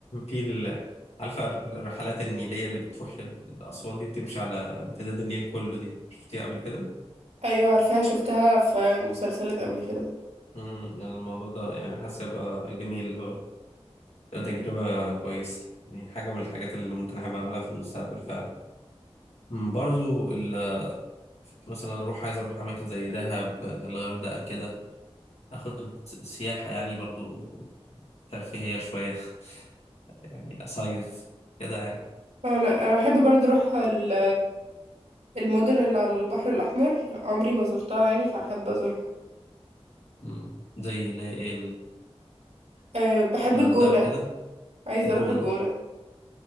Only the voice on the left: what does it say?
في ال- عارفة الرحلات النيلية اللي بتروح لأسوان دي بتمشي على امتداد النيل كله دي شفتيها قبل كده؟
مم، يعني الموضوع ده يعني حاسس هيبقى جميل ده تجربة كويسة يعني حاجة من الحاجات اللي ممكن أحب أعملها في المستقبل فعلا مم، برضو ال... مثلا أروح عايز أروح أماكن زي دهب الغردقة كده أخد سياحة يعني برضو ترفيهية شوية <laughs> يعني أصيف كده يعني
مم، زي اللي هي إيه،
الغردقة
وكده
الجونة